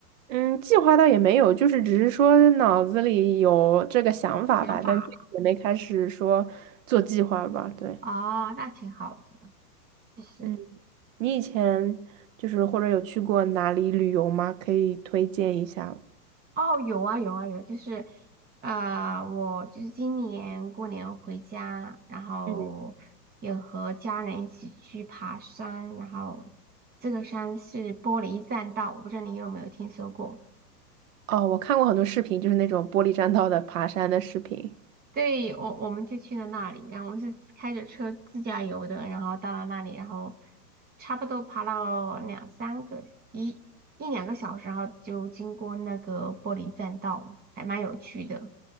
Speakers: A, on the right; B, on the right.
A: 嗯，计划倒也没有，就是只是说脑子里有这个想法吧，
B: 想法？
A: 但具体也没开始说做计划吧。对，
B: 哦，那挺好的。就是
A: 嗯，你以前就是或者有去过哪里旅游吗？可以推荐一下。
B: 哦，有啊有啊有，就是呃，我就是今年过年回家，然后有和家人一起去爬山，
A: 嗯，
B: 然后这个山是玻璃栈道，我不知道你有没有听说过。
A: 哦，我看过很多视频，就是那种玻璃栈道的爬山的视频。
B: 对，我我们就去了那里，然后我们是开着车自驾游的，然后到了那里，然后差不多爬了两三个一一两个小时，然后就经过那个玻璃栈道，还蛮有趣的。